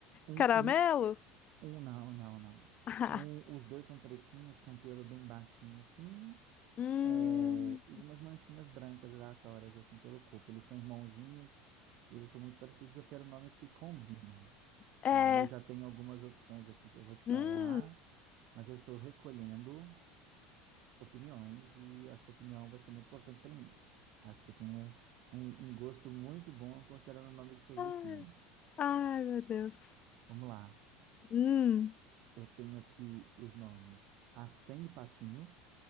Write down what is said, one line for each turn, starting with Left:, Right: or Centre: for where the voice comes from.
Right: Um,
Left: caramelo?
Right: um, um, não, não, não.
Left: <laughs>
Right: Um,
Left: Ah,
Right: os dois são pretinhos com pelo bem baixinho assim,
Left: hum,
Right: é, e umas manchinhas brancas aleatórias assim pelo corpo. Eles são irmãozinhos, eles são muito parecidos e eu quero nomes que combinem.
Left: é,
Right: Tá, eu já tenho algumas opções aqui que eu vou te falar,
Left: hum,
Right: mas eu estou recolhendo opiniões e a sua opinião vai ser muito importante para mim. Acho que você tem um, um, um gosto muito bom considerando o nome dos seus
Left: ai,
Right: bichinhos.
Left: ai, meu Deus,
Right: Vamos lá.
Left: hum,
Right: Eu tenho aqui os nomes Acém e Patinho.